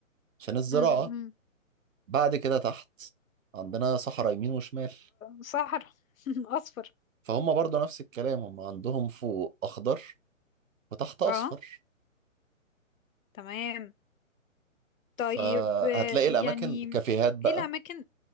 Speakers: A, on the right; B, on the left.
A: عشان الزراعه
B: امم
A: بعد كده تحت عندنا صحراء يمين وشمال
B: صحراء <laughs> اصفر
A: فهم برضو نفس الكلام هم عندهم فوق اخضر وتحت اصفر
B: اه تمام
A: فهتلاقي
B: طيب آه، يعني
A: الاماكن كافيهات بقى
B: ايه الاماكن